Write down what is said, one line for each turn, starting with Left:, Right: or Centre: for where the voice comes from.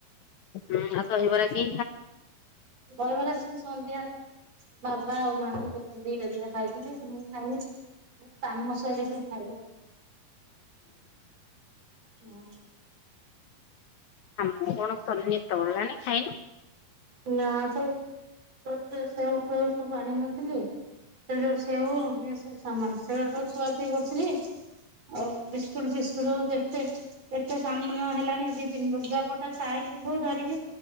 Left: ଆଉ କହିବରା କି
Right: ଦହିବରା ସେ ସନ୍ଧ୍ୟାବେଳେ ବାବା ଆଉ ମାଆଙ୍କ କରଛନ୍ତି ଦିଟା ଦିଟା। ଖାଇଥିଲି ମୁଁ ଖାଇଲି ମୁ କାମ ଶୋଇଲେ ସେ ଖାଇଲେ ହଁ।
Left: ମୁଁ କଣ ତନି ତଳିଲଣି ଖାଇନୁ?
Right: ନା ସ ସେ ସେଉ ସବୁ ଆଣିିନଥିଲି। ସେ ଯୋଉ ସେଉ ଏ ସବୁ ସାମାନ ସେ ସବୁ ଛୁଆ କରୁଥିଲି। ଆଉ ବିସ୍କୁଟ ଫିସ୍କୁଟ ଦେ ଏ ଏତେ ସାମ୍ନା ହେଲାଣି ଦି ଲୁଗାପଟା ସାଇକି ଧରିକି